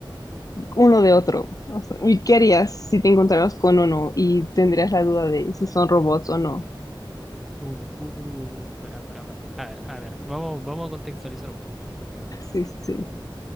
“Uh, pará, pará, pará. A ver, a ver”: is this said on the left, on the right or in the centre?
Centre